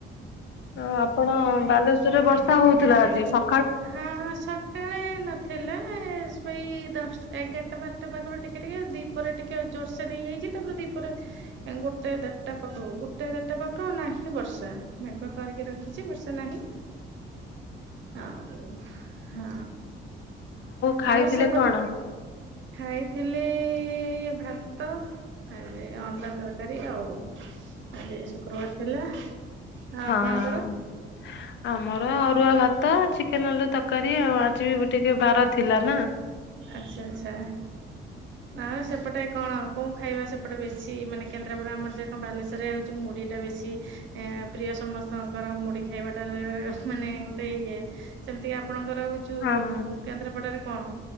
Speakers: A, on the left; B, on the right.
A: ହଁ ଆପଣ ବାଲେସ୍ୱର ରେ ବର୍ଷା ହଉଥିଲା ଆଜି ସ।
B: ହଁ ସକାଳେ। ଥିଲା ସେଇ ଦଶା ଏଗାରଟା ବାରଟା ପାଖରୁ ଟିକେ ଟିକେଉ ଦିପ ଟିକେ। ଜୋରସେ ଦେଇ ହେଇଛି ତାପରେ ଦିଇପରେ। ଗୋଟେ ଦେଟଟା ପାଖକୁ ଗୋଟେ ଦେଟା ପାଖରୁ ଆଉ ନାହିଁ ବର୍ଷା ମଙ୍କଆ କରିକି ରଖିଛି ବର୍ଷା ନାହିଁ। ହଉ ହଁ
A: ଖାଇଥିଲେ
B: ଆଉ ସେପଟ।
A: କଣ?
B: ଖାଇଥିଲି ଭାତ। ଆଜି ଅଣ୍ଡା ତରକାରୀ ଆଉ ଆଜି ଶୁକ୍ରବାର ଥିଲା। ଆଉ
A: ହଁ
B: ଆପଣଙ୍କର? <unintelligible>
A: ଆମର ଅରୁଆ ଭାତ ଚିକେନ ଆଲୁ ତରକାରୀ ଆଉ ଆଜି ବି ଟିକେ ବାର ଥିଲା ନା।
B: ଆଚ୍ଛା ଆଚ୍ଛା ଆଉ ସେପଟେ କଣ। କୋଣ ଖାଇବା ସେପଟେ ବେଶୀ ମାନେ କେନ୍ଦ୍ରାପଡା ଆମର ଯଣ ବାଲେସ୍ୱର ରେ ହଉଛି ମୁଢ଼ି ଟା ବେଶୀ। ଏ ପ୍ରିୟ ସମସ୍ତଙ୍କର ମୁଢୀ ଖାଇବାଟା ମାନେ ଗୋଟେ ଇଏ। ସେମିତି କି ଆପଣଙ୍କର ହଉଚୁ
A: ଆମ
B: କେନ୍ଦ୍ରାପଡରେ କଣ।